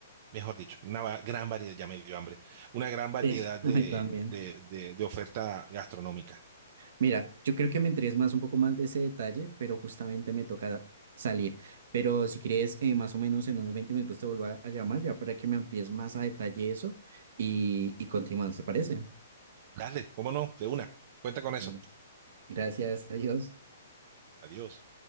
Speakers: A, on the right (about 45°); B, on the right (about 65°).
A: mejor dicho, una va- gran variedad, ya me dio hambre, una gran variedad
B: Sí, <laughs>
A: de,
B: a mí también.
A: de de- de oferta gastronómica.
B: Mira, yo creo que me interesa más un poco más de ese detalle, pero justamente me toca salir. Pero si quieres, eh, más o menos en unos 20 minutos te vuelvo a, a llamar ya para que me amplíes más a detalle eso y, y continuamos, ¿te parece?
A: Dale, cómo no, de una. Cuenta con eso.
B: Vale. Gracias, adiós.
A: Adiós.